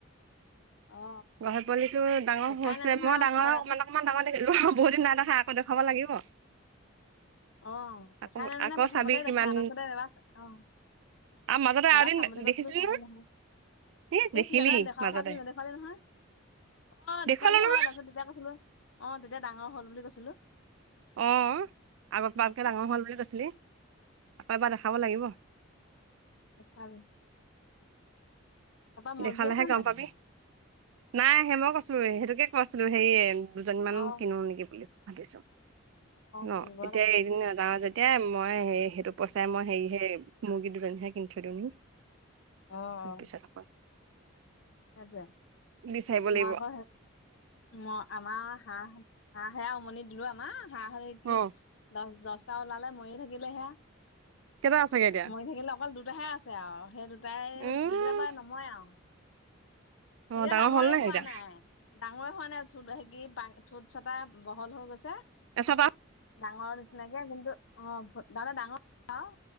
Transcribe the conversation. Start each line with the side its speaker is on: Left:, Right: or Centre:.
Left: অ
Right: গাহৰি পোৱালিটো ডাঙৰ
Left: দেখাই
Right: হৈছে,
Left: নাই নহয়
Right: মই
Left: আৰু
Right: ডাঙৰ
Left: চেহেৰাটো
Right: অ' অকমান ডাঙৰ দেখিলো বহুত দিন নাই দেখা । দেখুৱাব লাগিব।
Left: অ' দেখাই
Right: আকৌ
Left: নাই নহয়
Right: আকৌ
Left: প্ৰথমতে
Right: চাবি কিমান
Left: দেখা তাৰপিছত এবাৰ আহ
Right: আৰু মাজতে
Left: এবাৰ
Right: আৰু এদিন
Left: চাম বুলি কৈছিলো
Right: দেখিছিলি
Left: চাব
Right: নহয়
Left: ন'হল।
Right: এ দেখিলি
Left: এই দাদা দেখা
Right: মাজতে
Left: কথা কলো দেখুৱালি নহয় অ'
Right: দেখুৱালো
Left: দেখুৱালি
Right: নহয়
Left: হয় তাৰপিছত তেতিয়া কৈছিলো অ' । এতিয়া ডাঙৰ হ'ল বুলি কৈছিলো।
Right: অ'। আগত
Left: উম
Right: বাৰকৈ ডাঙৰ হ'ল বুলি কৈছিলি আকৌ এবাৰ দেখাব লাগিব।
Left: দেখাবি। তাপা মুৰ্গী
Right: দেখালেহে
Left: আছে
Right: গম
Left: নাই
Right: পাবি
Left: তোৰ ঘৰত।
Right: নাই, সেই মই কৈছো সেইটোকে কৈছিলো হেৰি। দুজনী মান
Left: অ
Right: কিনো নেকি বুলি। ভাগিছো অ'
Left: কিনিব
Right: এতিয়া
Left: লাগে
Right: এৰি নাযাও যে এ মই হেৰি সেইটো পইচাই মই হেৰি হে মুৰ্গী দুইজনীহে কিনি থ‌ই দিও নেকি?
Left: অহ।
Right: পিছত আকৌ
Left: সেইটোৱে
Right: বিচাৰিব লাগিব
Left: মই আগৰ হে ম আমাৰ হাঁহ । হাঁহে উমনি দিলো আমাৰ হাঁহ আৰু এই
Right: অ
Left: কি, দহ-দশ। তা ওলালে মৰি থাকিলে হেয়া।
Right: কেইটা আছেগে এতিয়া
Left: মৰি থাকিলে অকল দু টাহে আছে আৰু সেই দু প্ৰায়
Right: উম
Left: সেইকেইটা পৰা নমৰে আৰু
Right: অ
Left: সেইয়া
Right: ডাঙৰ
Left: ডাঙৰে
Right: হ'ল নে
Left: হোৱা
Right: এতিয়া
Left: নাই, ডাঙৰে হোৱা নাই উঠো সেকি। পা ঠোট চটা বহল হৈ গৈছে।
Right: এচটা ভাত
Left: ডাঙৰ নিচিনাকে কিন্তু অ' দাদা ডাঙৰ আউ